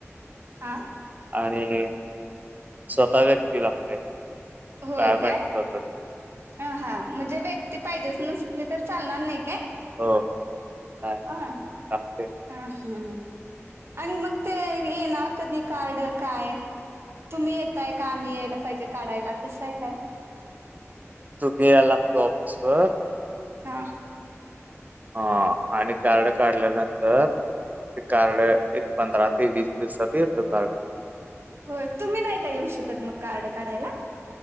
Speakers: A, on the right; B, on the right.
A: हा.
B: आणि स्वतः व्यक्ती लागते.
A: होय
B: बायोमेट्रिक
A: काय.
B: होत ते
A: ह हा म्हणजे व्यक्ती पाहिजे अस नसली तर चालणार नाही काय
B: हो नाही
A: ह हा
B: लागते
A: हम. आणि मग ते येणार कधी कार्ड काय तुम्ही यताय का आम्ही यायला पाहिजे काढायला कसं आहे काय.
B: तू घिय लागतो ऑफिस वर.
A: हा
B: हा आणि कार्ड काढल्यानंतर. ते कार्ड एक पंधरा ते वीस दिवसाात येतो कार्ड
A: हो तुम्ही नाही का येऊ शकत मग कार्ड काढायला